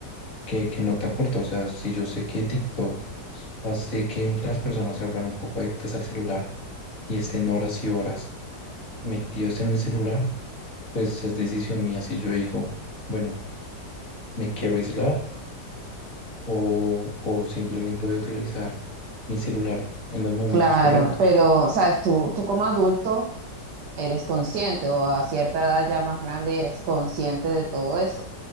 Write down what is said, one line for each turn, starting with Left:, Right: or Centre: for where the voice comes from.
Left: que, que no te aporta. O sea, si yo sé que TikTok hace que las personas se vuelvan un poco adictas al celular y estén horas y horas metidos en el celular, pues ya es decisión mía si yo digo, bueno, me quiero aislar o, o simplemente voy a utilizar mi celular en los momentos
Right: Claro,
Left: correctos.
Right: pero, sabes, tú, tú como adulto eres consciente o a cierta edad ya más grande eres consciente de todo eso.